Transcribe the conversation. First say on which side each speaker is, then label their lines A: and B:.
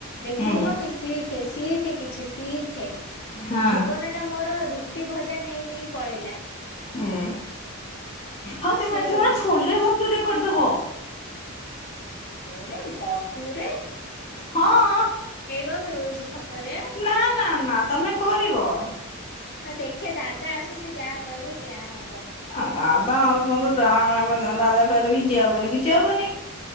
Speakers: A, on the left; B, on the left.
A: ଦେଖିଲୁ
B: ହୁଁ
A: ମମି ସିଏ ଶିଖେ ଶିଖେ କିଛି ଶିଖେ
B: ହଁ
A: ଜୀବନ ଟା ମୋର ରୁଟି ଭଜା ନେଇ ନେଇ ପଳେଇଲା
B: ହୁଁ ହଉ ତମେ
A: ସିଏ
B: ଏଥର
A: କହୁଛି।
B: ଛୋଲେ ଭଟୁରେ କରିଦବ
A: କହଲେ ଭଟୁରେ
B: ହଁ
A: ଏଇ ବା ମିଳୁଛି ଛକରେ
B: ନା ନା ନା ତମେ କରିବ
A: ହଁ ଦେଖେ ଦାଦା ଆସୁଛି ଯାହା କହିବୁ ସେଆ ହବ
B: ଆ ରାଧା ଆସନ୍ତୁ ଯାହା ଆମେ ଦାଧା କହିବେ କିଛି ହବନି କିଛି ହବନି